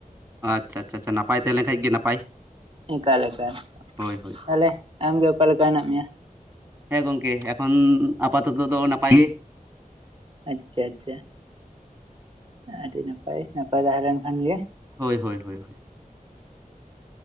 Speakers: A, on the right; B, on the right.
A: ᱟᱪᱪᱷᱟ ᱪᱷᱟ ᱱᱟᱯᱟᱭ ᱛᱟᱦᱮᱸ ᱞᱮᱱ ᱠᱷᱟᱡ ᱜᱮ ᱱᱟᱯᱟᱭ᱾
B: ᱚᱠᱟᱞ ᱮᱠᱟᱞ
A: ᱦᱳᱭ ᱦᱳᱭ
B: ᱛᱟᱦᱚᱞᱮ ᱟᱢᱜᱮ ᱚᱠᱟᱞᱮᱠᱟ ᱦᱮᱱᱟᱜ ᱢᱮᱭᱟ?
A: ᱦᱮᱸ ᱜᱚᱝᱠᱮ ᱮᱠᱷᱚᱱ ᱟᱯᱟᱛᱚᱛᱚ ᱫᱚ ᱱᱟᱯᱟᱭ ᱜᱮ᱾
B: ᱟᱪᱪᱷᱟ ᱟᱪᱪᱷᱟ᱾ ᱟᱹᱰᱤ ᱱᱟᱯᱟᱭ, ᱱᱟᱯᱟᱭ ᱛᱟᱦᱮᱸ ᱞᱮᱱ ᱠᱷᱟᱱ ᱜᱮ᱾
A: ᱦᱳᱭ ᱦᱳᱭ ᱦᱳᱭ᱾